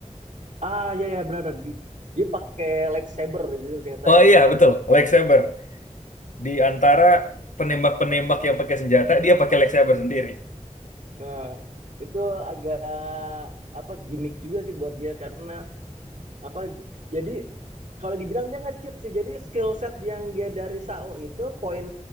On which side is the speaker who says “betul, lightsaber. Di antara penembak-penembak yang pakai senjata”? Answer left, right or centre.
Left